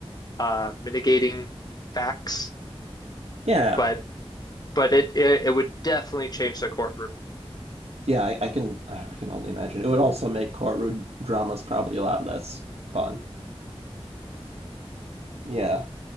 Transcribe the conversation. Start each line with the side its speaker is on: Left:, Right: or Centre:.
Left: uh, mitigating facts.
Right: yeah,
Left: But but it it, it would definitely change the courtroom.
Right: yeah. I, I can I can only imagine it would also make courtroom dramas probably a lot less fun. Yeah,